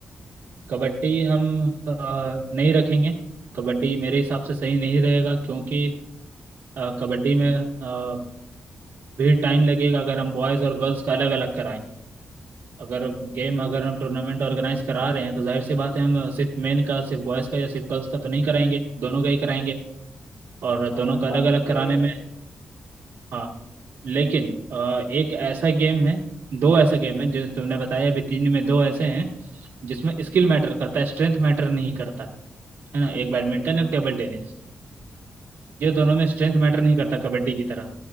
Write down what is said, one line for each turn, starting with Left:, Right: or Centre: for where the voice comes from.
Right: कबड्डी हम अ, नहीं रखेंगे कबड्डी मेरे हिसाब से सही नहीं रहेगा क्योंकि अ, कबड्डी में अ, भी टाइम लगेगा अगर हम बॉयज़ और गर्ल्स का अलग अलग कराएं अगर गेम अगर हम टूर्नामेंट ऑर्गेनाइज करा रहे हैं तो जाहिर सी बात है हम सिर्फ मेन का सिर्फ बॉयज़ का या सिर्फ गर्ल्स का तो नहीं कराएंगे दोनों का ही कराएंगे और
Left: हाँ
Right: दोनों
Left: भाई
Right: का
Left: बात
Right: अलग
Left: तो
Right: अलग
Left: सही
Right: कराने
Left: है
Right: में हाँ लेकिन अ, एक ऐसा गेम है दो ऐसा गेम है जो तुमने बताया अभी तीन में दो ऐसे हैं जिसमें स्किल मैटर करता है स्ट्रेंथ मैटर नहीं करता है ना एक
Left: हाँ
Right: बैडमिंटन
Left: भाई हाँ
Right: एक टेबल टेनिस ये दोनों में स्ट्रेंथ मैटर नहीं करता कबड्डी की तरह